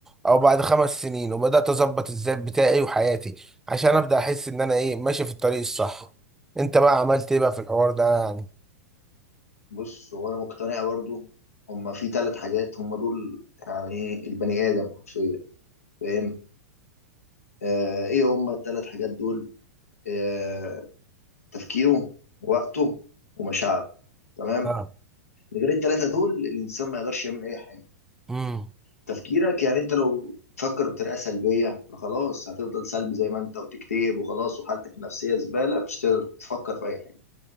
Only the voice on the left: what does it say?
بص هو انا مقتنع برضو هما في ثلاث حاجات هما دول يعني إيه البني ادم حرفيا فاهم آه ايه هما الثلاث حاجات دول آه تفكيره وقته ومشاعره تمام
من غير الثلاثه دول الانسان ما يقدرش يعمل اي حاجه
تفكيرك يعني انت لو تفكر بطريقه سلبيه فخلاص هتفضل سلبي زي ما انت وتكتئب وخلاص وحالتك النفسيه زباله مش هتقدر تفكر في اي حاجه